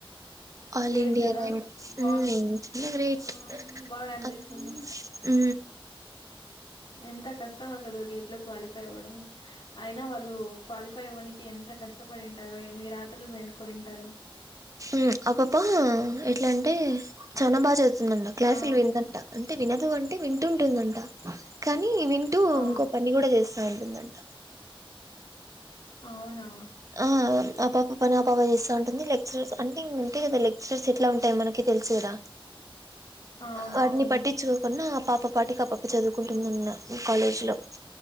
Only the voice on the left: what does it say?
గ్రేట్
కదా
బా
ఆ బాగా అనిపిస్తుంది
ఎంత కష్టం అసలు గేట్లో క్వాలిఫై అవ్వడం అయినా వాళ్ళు క్వాలిఫై అవ్వనికి ఎంత కష్టపడింటారు ఎన్ని రాత్రులు మేలుకొంటారు
ఆ
ఆ
అవునా
అవును
ఉమ్